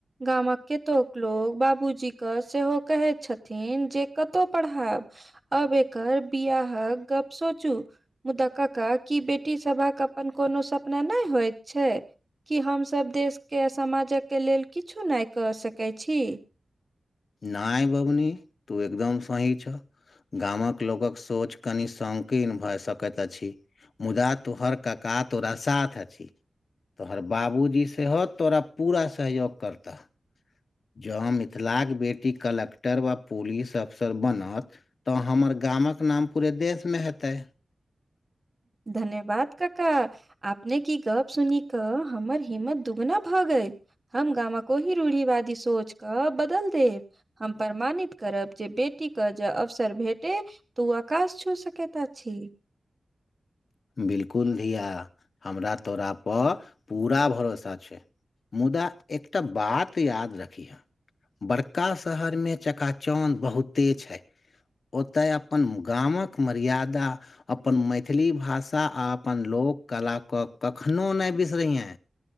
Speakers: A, on the right (about 30°); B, on the left (about 70°).
A: गामक केतोक लोक बाबूजीक क सेहो कहैत छथिन जे कतहु पढ़ायब अब एकर बियाहक गप सोचू मुदा काका की बेटी सभक अपन कोनो सपना नहि होत छै की हमसभ देशके आ समाजकके लेल किछु नहि कऽ सकैत छी
B: नहि बबनी तू एकदम सही छ गामक लोकक सोच कनि सकी नभए सकैत अछि मुदा तोहर काका तोरा साथ अछि तोहर बाबूजी सेहो तोरा पूरा सहयोग करतऽ जँ मिथिलाक बेटी कलेक्टर वा पुलिस अफसर बनत तऽ हमर गामक नाम पूरे देशमे हेतै
A: धन्यवाद कका अपने की गप सुनी कऽ हमर हिम्मत दुगुना भऽ गेल हम गामक कोहि रूढ़िवादि सोच क बदल देब हम प्रमाणित करब जे बेटी क जे अवसर भेटे तऽ ओ आकाश छू सकैट अछी
B: बिलकुल धिया हमरा तोराप पूरा भरोसा छै मुदा एकटा बात याद रखिहए बड़का शहरमे चकाचौद बहुते छै ओतय अपन गामक मर्यादा अपन मैथिली भाषा षा आ अपन लोक कलाके कखनो नहि बिसरयेँ